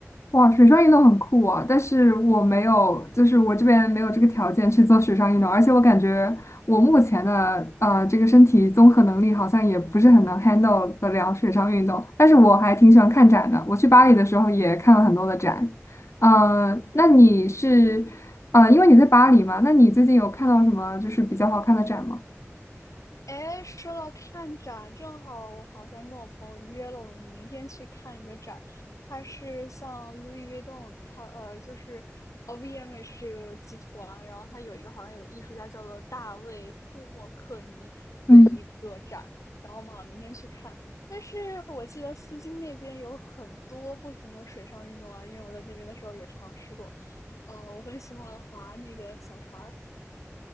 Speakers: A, on the left; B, on the left.
A: 哇，水上运动很酷啊，但是我没有，就是我这边没有这个条件去做水上运动，而且我感觉我目前的呃这个身体综合能力好像也不是很能 handle 得了水上运动，但是我还挺喜欢看展的，我去巴黎的时候也看了很多的展。嗯、那你是呃，因为你在巴黎嘛，那你最近有看到什么就是比较好看的展吗？
B: 哎，说到看展，正好我好像跟我朋友约了，我们明天去看一个展。它是像 Louis Vuitton，它呃就是呃 v m h 这个集团，然后它有一个好像有个艺术家叫做大卫霍克尼的一个展，
A: 嗯
B: 然后我们好像明天去看。但是我记得丝巾那边有很多不同的水上运动啊，因为我在那边的时候也尝试过。呃，我很喜欢划那个小船儿。